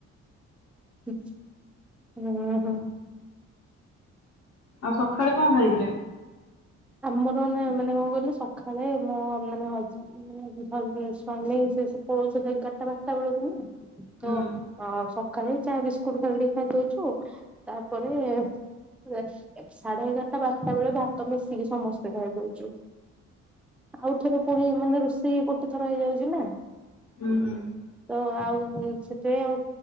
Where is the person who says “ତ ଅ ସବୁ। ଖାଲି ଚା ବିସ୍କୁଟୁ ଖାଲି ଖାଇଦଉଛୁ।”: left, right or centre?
Centre